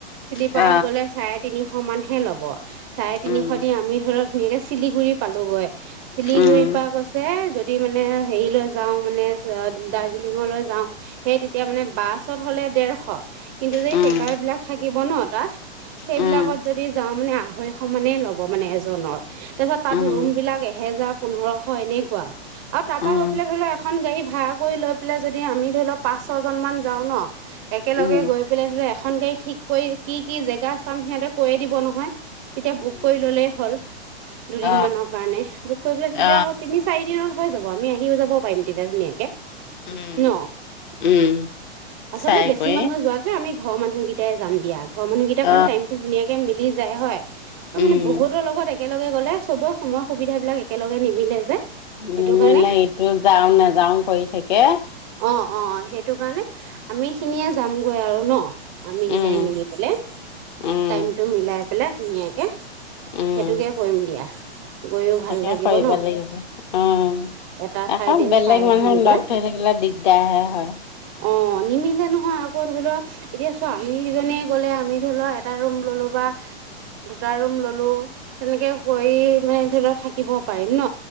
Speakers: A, on the right; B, on the left.
A: শ্লিপাৰ
B: অ
A: গ'লে চাইড তিনিশ মানহে ল'ব চাৰে তিনিশ
B: উম
A: দি আমি ধৰি লওক ধুনীয়া শিলিগুৰি পালোঁগৈ। শিলিগুৰি
B: উম
A: পা কৈছে যদি যদি মানে হেৰিলৈ যাওঁ মানে দাৰ্জিলিঙলৈ যাওঁ সেই তেতিয়া মানে বাছত হলে দেৰশ কিন্তু যেই
B: উম
A: <unintelligible> কাৰ বিলাক থাকিব ন তাত সেইবিলাকত
B: উম
A: যদি যাওঁ মানে আহ সমানে ল'ব মানে এজনৰ। তাৰপিছত তাত
B: উম
A: ৰুম বিলাক এহেজাৰ পোন্ধৰশ এনেকুৱা আৰু তাৰপা
B: উম
A: গপ পাই ধৰি লও এ এখন গাড়ী ভাড়া কৰি লৈ পেলাই যদি আমি ধৰি লওক পাঁচ ছয়জনমান যাওঁ ন একেলগে
B: উম
A: গৈ পেলাই ধ এখন গাড়ী ঠিক কৰি কি কি জেগা চাম সিহঁতে কৈয়ে দিব নহয়। তেতিয়া
B: উম
A: বুক কৰি ল'লেই হ'ল দুদিন
B: অ
A: মানৰ কাৰণে বুক কৰি পেলাই
B: অ
A: তেতিয়া আকৌ তিনি চাৰি দিনৰ হৈ যাব আমি আহিও যাব শুব পাৰিম ধুনীয়াকে
B: উম
A: ন
B: উম
A: আচলতে
B: চাই
A: বেছি
B: কৰি
A: মানুহ ঘৰ মানুহকেইটাই যাম দিয়া। ঘৰ মানুহকেই
B: অ
A: কাৰণ টাইমটো ধুনিয়াকে মিলি যায় হয়। অ'
B: উম
A: মানে বহুতৰ লগত একেলগে গ'লে চবৰে সময় সুবিধাবিলাক একেলগে নিমিলে যে। সেইটো
B: নিমেলে,
A: কাৰণে
B: এইটো যাওঁ, নাযাওঁ কৰি থাকে।
A: অ অ', সেইটো কাৰণে আমিখিনিয়ে যামগৈ আৰু নো? আমি কেইটাই
B: উম,
A: মিলি পেলাই
B: উম,
A: টাইমটো মিলাই পেলাই। ধুনীয়াকে সেইটোকে
B: উম।
A: কৰিম দিয়া গৈও ভাল
B: তাকে
A: লাগিব
B: কৰিব
A: ন
B: লাগিব। অ'
A: এটা ঠাইতেও
B: আকৌ বেলেগ
A: চাই আহিমগৈ
B: মানুহ লগ ধৰি থাকিলে দিগদাৰহে হয়।
A: অ নিমিলে নহয়। ফৰ হুইলাৰ চোৱা আমি কেইজনীয়ে গলে আমি ধৰি লোৱা এটা ৰুম ললো বা দুটা ৰুম ললো তেনেকে কৰি মানে ধৰি লও থাকিব পাৰিম ন